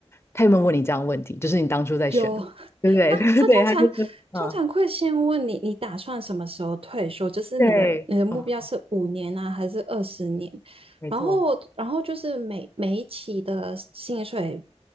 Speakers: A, on the left (about 25°); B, on the right (about 60°).
A: 他有没有问你这样的问题？就是你当初在选的，
B: 有，<laughs>
A: 对不对？
B: 他他通常通常会先问你，
A: <laughs> 对，他就说，嗯，
B: 你打算什么时候退休？就是你的你的目标是五年啊，
A: 对，哦，
B: 还是二十年？
A: 没错，
B: 然后然后就是每每一期的薪水，